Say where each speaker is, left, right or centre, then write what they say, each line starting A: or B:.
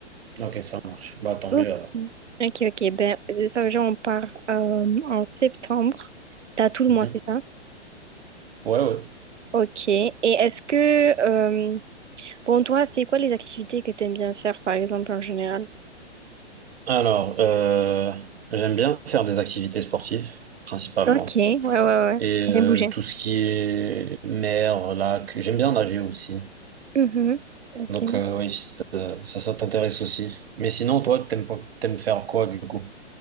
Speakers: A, on the right; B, on the right.
A: Ok, ça marche. Bah, tant
B: Ok.
A: mieux alors.
B: Ok, ok, ben, de ça, genre, on part euh, en septembre. T'as tout le
A: Mhm.
B: mois, c'est ça?
A: Ouais, ouais.
B: Ok. Et est-ce que euh, Bon, toi, c'est quoi les activités que t'aimes bien faire, par exemple, en général?
A: Alors, euh, j'aime bien faire des activités sportives, principalement.
B: Ok, ouais, ouais, ouais.
A: Et
B: Bien
A: euh,
B: bouger.
A: tout ce qui est mer, lac, j'aime bien nager aussi.
B: Mhm, ok.
A: Donc, euh, oui, si t- euh, ça, ça t'intéresse aussi. Mais sinon, toi, t'aimes pas- t'aimes faire quoi du coup?